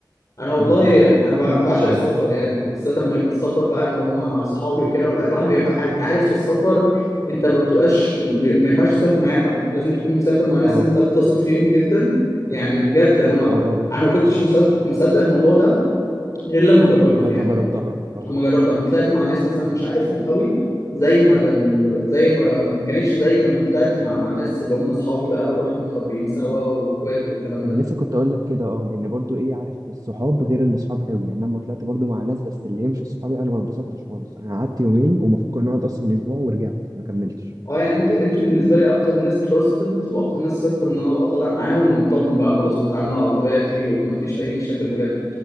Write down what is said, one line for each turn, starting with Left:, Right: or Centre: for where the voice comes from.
Left: انا والله
Right: بالظبط
Left: انا
Right: فاحنا
Left: بع- بعشق
Right: اه
Left: السفر يعني بالذات لما يبقى السفر بقى اللي هو مع صحابي وكده بقى الواحد بيبقى حاجة. انت عارف في السفر انت ما بتبقاش م- ما ينفعش تسافر مع اي حد لازم تكون بتسافر مع ناس
Right: اه
Left: انت بتثق فيهم جدا يعني بجد
Right: بالظبط
Left: انا ما
Right: اه اه اه
Left: انا ما كنتش مصدق مصدق الموضوع ده غير لما جربته
Right: لغايه
Left: يعني
Right: ما جربتها اه
Left: لما جربت لما طلعت مع ناس مثلا مش عارفهم قوي زي ما دم- زي ما ما كانتش زي لما طلعت مع ناس اللي هم اصحابي بقى واحنا متربيين سوا واخوات والكلام
Right: انا
Left: ده
Right: لسه كنت اقول لك كده اه لان برضو ايه عارف الصحاب غير اللي صحاب قوي يعني لما طلعت برضو مع الناس بس اللي هي مش صحابي انا ما اتبسطتش خالص انا قعدت يومين ومفروض كنا نقعد اصلا اسبوع ورجعت ما كملتش
Left: اه يعني انتوا انتوا بالنسبه لي اكتر ناس تراستد واكتر ناس ثقه ان انا ابقى طالع معاهم ومطمن بقى خلاص وبتعامل على طبيعتي ومفيش اي مشاكل بجد